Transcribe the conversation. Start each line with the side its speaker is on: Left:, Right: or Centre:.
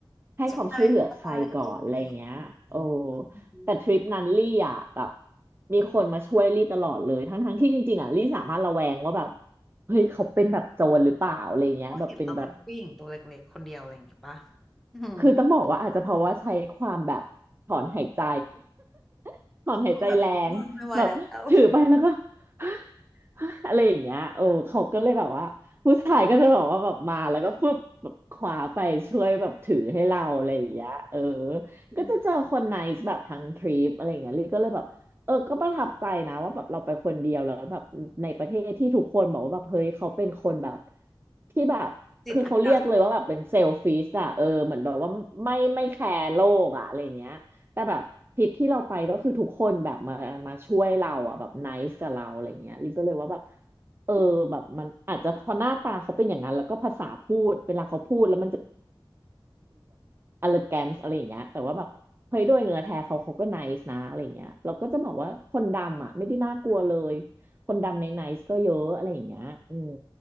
Right: ให้ความช่วยเหลือใครก่อนอะไรอย่างเงี้ยโอ้
Centre: ใช่ใช่ได้ยิน้อย่างนกนอือฮึ
Right: แต่ทริปนั้นลี่อ่ะแบบมีคนมาช่วยลี่ตลอดเลยทั้งทั้งที่จริงๆอ่ะลี่สามารถระแวงว่าแบบเฮ้ยเขาเป็นแบบโจรหรือเปล่าอะไรเงี้ยแบบเป็นแบบ
Centre: ก็เห็นเราเป็นผู้หญิงตัวเล็กๆคนเดียวอะไรอย่างงี้ปะอืม
Right: คือต้องบอกว่าอาจจะเพราะว่าใช้ความแบบถอนหายใจ <laughs> ถอนหายใจแรงแบบถือไปแล้วก็
Centre: ก็แบบอืมไม่ไหวแล้ว
Right: <gasps> <sighs> อะไรอย่างเงี้ยโอ้เขาก็เลยแบบว่าผู้ชายก็จะบอกว่าแบบมาแล้วก็ฟึบแบบคว้าไปช่วยแบบถือให้เราอะไรอย่างเงี้ยเออ
Centre: อืม
Right: ก็จะเจอคนไนซ์แบบทั้งทริปอะไรอย่างเงี้ยลิก็เลยแบบ เออก็ประทับใจนะว่าแบบเราไปคนเดียวแล้วแบบในประเทศที่ทุกคนบอกว่าแบบเฮ้ยเขาเป็นคนแบบที่แบบคือเขาเรียกเลยว่าแบบเป็นเซลฟิชอะเออเหมือนแบบว่าไม่ไม่แคร์โลกอะอะไรเงี้ยแต่แบบทริปที่เราไปก็คือทุกคนแบบมามาช่วยเราอะแบบไนซ์กับเราอะไรเงี้ยลิก็เลยว่าแบบ
Centre: จิตอันตราย
Right: เออแบบมันอาจจะเพอหน้าตาเขาเป็นอย่างนั้นแล้วก็ภาษาพูดเวลาเขาพูดแล้วมัน elegance อะไรอย่างเงี้ยแต่ว่าแบบเฮ้ยโดยเนื้อแท้เขาเขาก็ nice นะอะไรอย่างเงี้ยเราก็จะบอกว่าคนดำอ่ะไม่ได้น่ากลัวเลยคนดำใน nice ก็เยอะอะไรอย่างเงี้ยอืม